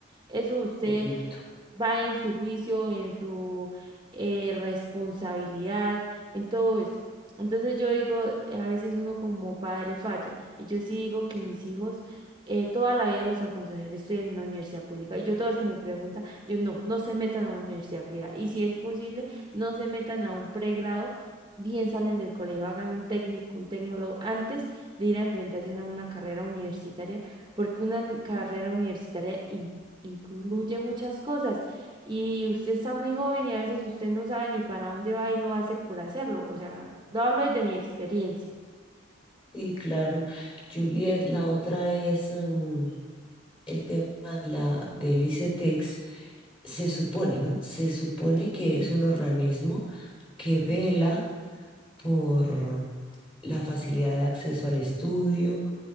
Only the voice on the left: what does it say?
Correcto.
Sí, claro. Juliet, la otra es... mm, el tema de la, del ICETEX, se supone, ¿no? Se supone que es un organismo que vela por la facilidad de acceso al estudio